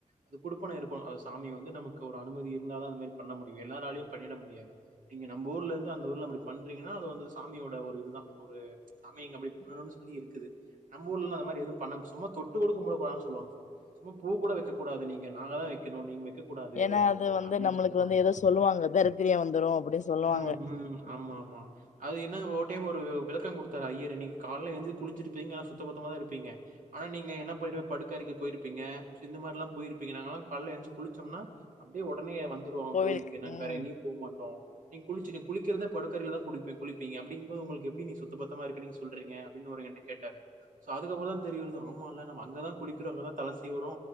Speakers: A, on the right; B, on the left.
A: அது குடுப்பன இருக்கு அது சாமி வந்து நமக் க்கு ஒரு அனுமதி இருந்தாதா அந்த மாரி பண்ண முடியு எல்லாராலயு பண்ணிட முடியாது நீங்க நம்பூர்லந்து அந்த ஊர்ல அப்டி பண்றீங்கனா ஆனா அது வந்து சாமியோட ஒரு இதுதா ஒரு சாமிங்க அப்டி பண்ணணு சொல்லி இருக்குது நம்ம ஊர்லெல்லா அந்த மாரி எதும் பன்னம் சும்மா தொட்டு கூட கும்புடக்கூடாதுன் சொல்வாங்க சும்மா பூ கூட வெக்கக் கூடாது நீங்க நாங்க தா வெக்கினு நீங்க வெக்க கூடாது
B: ஏன்னா அது வந்து
A: அப்டின்
B: நம்மளுக்கு
A: சொல்லுவாங்க
B: வந்து ஏதோ சொல்லுவாங்க தரித்திரியம் வந்துரு அப்டின்னு சொல்லுவாங்க
A: ம் ம் ஆமாமா அது என்ன ஓர் டெய்ம் ஒரு விளக்க குடுத்தாரு ஐயரு நீங்க கால்ல ஏஞ்சி குளிச்சிருப்பீங்க சுத்த பத்தமா தா இருப்பீங்க ஆனா நீங்க என்ன படு படுக்க அரைக்கு போயிருப்பீங்க இந்த மாரிலா போயிருப்பீங்க நாங்கலா கால்ல எஞ்ச் குளிச்சோம்னா அப்டியே ஒடனே வந்துருவோ
B: கோவிலுக்கு
A: கோய்லுக்கு நாங்க
B: ம்
A: வேற எங்கியு போ மாட்டோ நீங் குளிச்சி நீ குளிக்கிறதே படுக்கறையில தா குடிப்பே குளிப்பீங்க அப்டீங்போது ஒங்களுக்கு எப்டி நீ சுத்த பத்தமா இருக்கனீ சொல் டுருவீங்க அப்டின் ஒரு என்ட கேட்டாரு சோ அதுக்குக்கூட தெரியுறது ஆமால்ல நம்ம அங்கதா குளிக்குறோ அங்கதா தல சீவுறோ